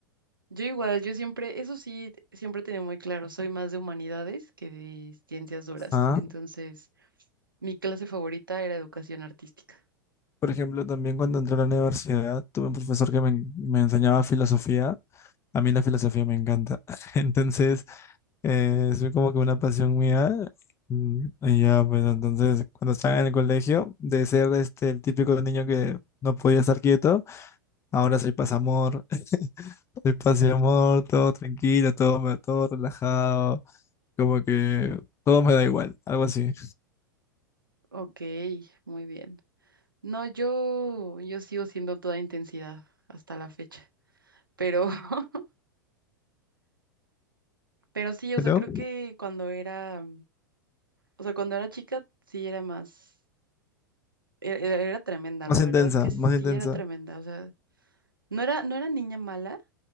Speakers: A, on the right; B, on the left.
A: Yo igual, yo siempre, eso sí, siempre tenía muy claro, soy más de humanidades que de ciencias duras.
B: Ah,
A: Entonces, mi clase favorita era educación artística.
B: Por ejemplo, también cuando entré a la universidad, tuve un profesor que me, en- me enseñaba filosofía. A mí la filosofía me encanta. <laughs> Entonces, eh, es como que una pasión mía. Mm, Y ya, pues entonces, cuando estaba en el colegio, de ser este, el típico niño que no podía estar quieto, ahora soy pasamor, <laughs> soy paz y amor todo tranquilo, todo, me- todo relajado, como que todo me da igual, algo así.
A: Ok, muy bien. No, yo, yo sigo siendo toda intensidad hasta la fecha. Pero, <laughs> pero sí, o
B: Pero
A: sea, creo que cuando era, o sea, cuando era chica, sí era más, e- era, era tremenda,
B: más
A: la verdad
B: intensa,
A: es que sí
B: más intensa.
A: era tremenda. O sea, no era, no era niña mala,